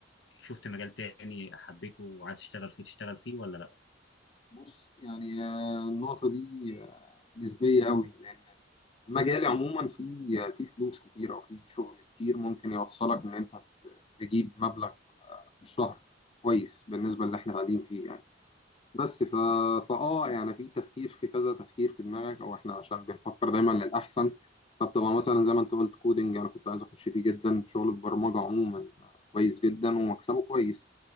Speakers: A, on the left (about 75°); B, on the left (about 30°).
A: شفت مجال تاني حبيته وعايز تشتغل فيه تشتغل فيه ولا
B: فبص يعني آه، النقطه دي آه، نسبيه قوي لان المجال عموما فيه آه، فيه فلوس كتير او فيه شغل كتير ممكن يوصلك ان انت تجيب مبلغ في الشهر كويس بالنسبه اللي احنا قاعدين فيه يعني بس ف... فاه يعني في تفكير في كذا تفكير في دماغك او احنا عشان بنفكر دايما للاحسن فبتبقى مثلا زي ما انت قلت كودنج انا كنت عايز اخش فيه جدا شغل البرمجه عموما آه، كويس جدا ومكسبه كويس